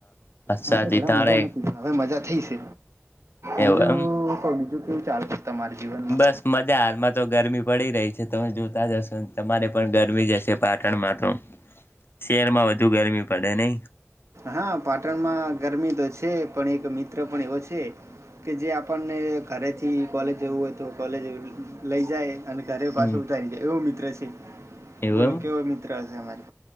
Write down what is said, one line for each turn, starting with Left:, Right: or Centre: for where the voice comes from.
Right: હા
Left: સાચી
Right: તે ઘણા
Left: તારે
Right: મજા નથી હવે મજા થઈ છે બીજું
Left: એવું એમ
Right: ક બીજું કેવું ચાલે? તમારા જીવનમાં
Left: બસ મજા હાલમાં તો ગરમી પડી રહી છે તમે જોતા જ હશો તમારે પણ ગરમી જ હશે પાટણમાં તો શહેરમાં વધુ ગરમી પડે નય
Right: હા પાટણમાં ગરમી તો છે, પણ એક મિત્ર પણ એવો છે. છે કે જે આપણને ઘરેથી કોલેજ જવું હોય તો કોલેજ લઈ જાય અને ઘરે
Left: હમ
Right: પાછો ઉતારી જાય એવો મિત્ર છે,
Left: એવું
Right: બોલો
Left: એમ
Right: કેવો મિત્ર હશે અમારી